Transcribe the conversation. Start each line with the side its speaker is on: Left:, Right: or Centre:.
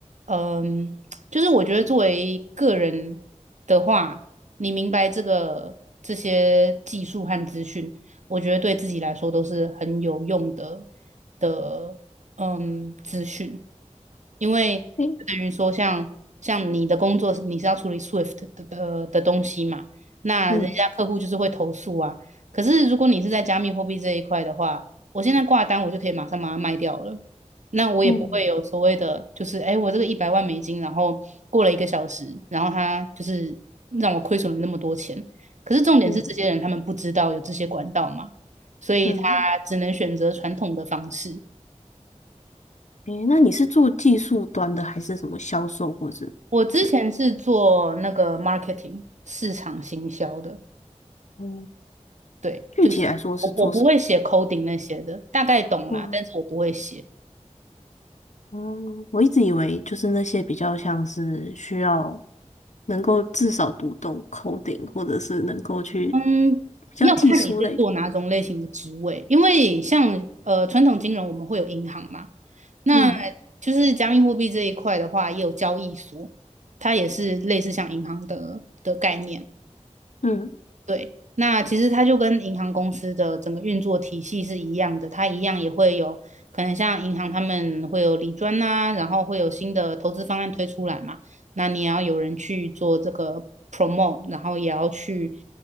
Right: 嗯，就是我觉得作为个人的话，你明白这个这些技术和资讯，我觉得对自己来说都是很有用的的，嗯，资讯，因为就等于说像像你的工作是你是要处理
Left: 诶
Right: Swift 的的的东西嘛，那人家客户就是会投诉啊。
Left: 嗯
Right: 可是如果你是在加密货币这一块的话，我现在挂单，我就可以马上把它卖掉了。那我也不会有所谓的，
Left: 嗯
Right: 就是哎，我这个一百万美金，然后过了一个小时，然后它就是让我亏损了那么多钱。可是重点是，
Left: 嗯
Right: 这些人他们不知道有这些管道嘛，所以他只能选择传统的方式。
Left: 嗯，诶，那你是做技术端的还是什么销售或者之类？
Right: 我之前是做那个 marketing 市场行销的，
Left: 哦，
Right: 对，
Left: 具体来说是做什么？
Right: 就是我我不会写 coding 那些的，大概懂啦，
Left: 嗯。
Right: 但是我不会写。
Left: 嗯，我一直以为就是那些比较像是需要能够至少读懂 coding，或者是能够去
Right: 嗯，
Left: 比较技术类。
Right: 要看你是做哪种类型的职位，因为像呃传统金融我们会有银行嘛，那
Left: 嗯
Right: 就是加密货币这一块的话，也有交易所，它也是类似像银行的的概念。
Left: 嗯
Right: 对，那其实它就跟银行公司的整个运作体系是一样的，它一样也会有可能像银行他们会有理专呐、然后会有新的投资方案推出来嘛，那你也要有人去做这个 promote，然后也要去